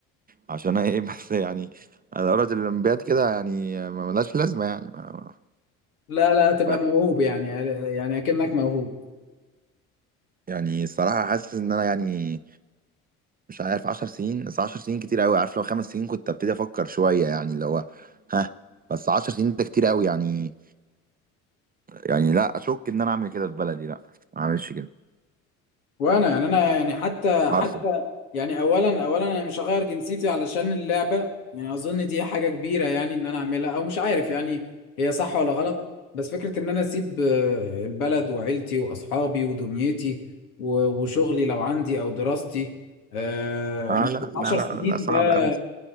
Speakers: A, on the right (about 20°); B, on the left (about 85°).
A: عشان ايه <laughs> بس يعني انا دورة الاولمبياد كده يعني ما- ملهاش لازمه يعني ما-
B: لا لا هتبقى
A: ما-
B: موهوب يعني يعني أكنك موهوب
A: يعني الصراحه حاسس ان انا يعني مش عارف 10 سنين بس 10 سنين كتير قوي عارف لو خمس سنين كنت ابتدي افكر شويه يعني اللي هو ها بس 10 سنين ده كتير قوي يعني يعني لا اشك ان انا اعمل كده في بلدي لا ما اعملش كده
B: وانا يعني انا يعني حتى
A: عارفه
B: حتى يعني اولا اولا انا مش هغير جنسيتي علشان اللعبه يعني اظن دي حاجه كبيره يعني ان انا اعملها او مش عارف يعني هي صح ولا غلط بس فكره ان انا اسيب آه، البلد وعيلتي واصحابي ودنيتي و- وشغلي لو عندي او دراستي آه،
A: اه
B: لمده
A: لا لا
B: 10
A: لا,
B: سنين
A: لا صعب
B: ده
A: قوي